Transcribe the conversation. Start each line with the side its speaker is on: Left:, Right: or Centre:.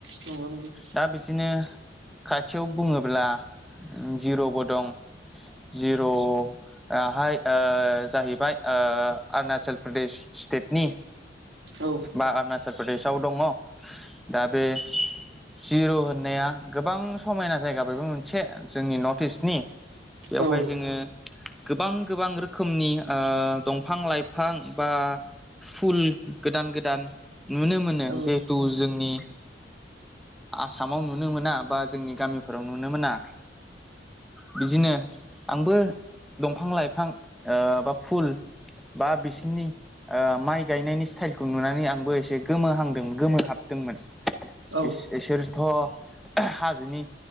Right: नंगौ नंगौ
Centre: दा बिदिनो खाथियाव बुङोब्ला जिर'बो दं। जिर'हाय अ जाहैबाय अ अरुणचल प्रदेश स्टेटनि
Right: औ
Centre: बा अरुणाचल प्रदेशआव दङ दा बे जिर' होननाया गोबां समायना जायगाबो मोनसे जोंनि नर्थ इस्टनि बेवहाय
Right: औ
Centre: जोङो गोबां-गोबां रोखोमनि अ दंफां लाइफां बा फुल गोदान-गोदान नुनो मोनो
Right: औ
Centre: जिहेथु जोंनि आसामाव नुनो मोना। बा जोंनि गामिफोराव नुनो मोना बिदिनो आंबो दं फां लाइफां अ बा फुल बा बिसोरनि अ माइ गायनायनि स्टाइलखौ नुनानै आंबो एसे गोमोहांदों गोमोहाबदोंमोन।
Right: औ
Centre: इस-इसोरथ' हाजोनि